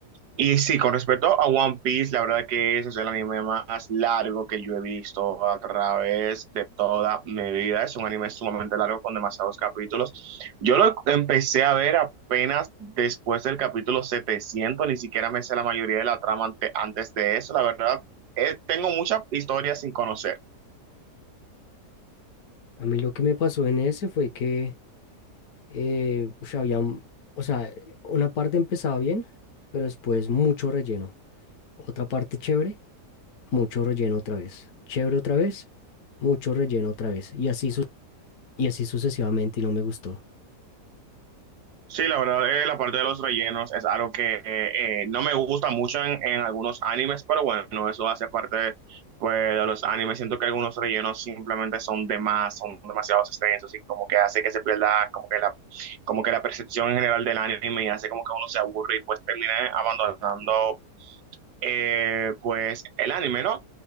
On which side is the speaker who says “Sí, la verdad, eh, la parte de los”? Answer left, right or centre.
Right